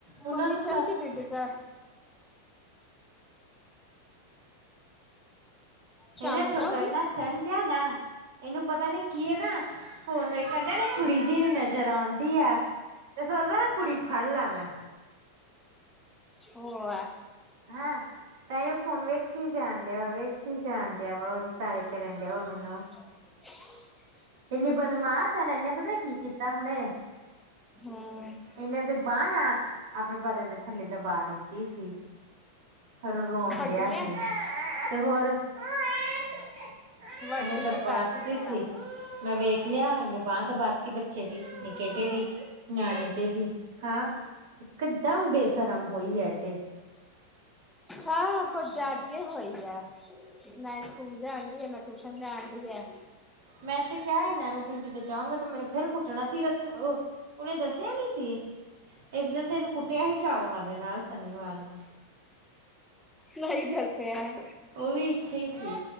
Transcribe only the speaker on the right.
ਉਹਨਾਂ
ਨੂੰ ਤਾਂ-
<unintelligible>
ਇਹ ਨਾ
ਛੋਟਾ
ਇਹਨਾ ਚਟਂ ਨਾ ਇਹਨੂੰ ਪਤਾ ਨੀ ਕੀਏ ਨਾ- ਫੋਨ ਵੇਖਣ ਡੇ ਨਾ ਕੁੜੀ ਜੀ ਨੂੰ ਨਜ਼ਰ ਆਉਂ ਡੀ ਆ। ਤੇ ਸੋਚਦਾ ਨਾ ਕੁੜੀ ਫੜ ਲੈ ਮੈਂ।
ਹੈ, ਤਾਂ ਹੀ ਉਹ ਫੋਨ ਵੇਖੀ ਜਾਣ ਡਿਆ ਵਾ ਵੇਖੀ- ਜਾਣ ਡਿਆ ਵਾ ਉਹਦੇ ਸਾਰੇ ਕਰਨ ਡਿਆ ਵਾ ਮੈਨੂੰ।
ਇੰਨੀ ਬਦਮਾਸ਼ ਹੈ ਨਾ। ਇਹਨੇ ਪਤਾ ਕੀ ਕੀਤਾ ਹੁਣੇ?
ਇਨੇ ਉਹਦੇ ਬਾਹ ਨਾ ਆਪਣੇ ਬਦਨ ਦੇ- ਥੱਲੇ ਤੇ ਬਾ ਦਿੱਤੀ ਸੀ ਫਿਰ ਰੋਣ
ਡਿਆ ਸੀ।
ਤੇ ਹੋਰ? ਇਹਨੇ
ਦਬਾਤੀ
ਸੀ ਮੈਂ ਵੇਖ ਲਿਆ, ਇਹਨੇ ਬਾਂਹ ਦਬਾਤੀ ਬੱਚੇ ਦੀ ਨਿੱਕੇ ਜੇ ਦੀ, ਨਿਆਣੇ ਜੇ ਦੀ। ਹਾਂ, ਇਕਦਮ ਬੇਸ਼ਰਮ ਹੋਈ ਏਹ ਤੇੇ।
ਮੈਂ, ਤੇ ਕਿਹਾ ਇਹਨਾਂ ਨੂੰ ਤੁਸੀਂ ਕਿਤੇ ਜਾਔਗੇ। ਤੇ ਮੈਨੂੰ ਫੇਰ ਕੁੱਟਣਾ ਸਿਰ ਇਥੇ ਰਹੋ। ਉਹਨੇ ਦੱਸਿਆ ਨੀ, ਸੀ ਇੱਕ ਦਿਨ ਤੇ ਕੁੱਟਿਆ ਸੀ ਝਾੜੂਆਂ ਦੇ ਨਾਲ ਸ਼ਨੀਵਾਰ ਨੂੰ।
ਉਹ ਵੀ ਇੱਥੇ ਸੀ।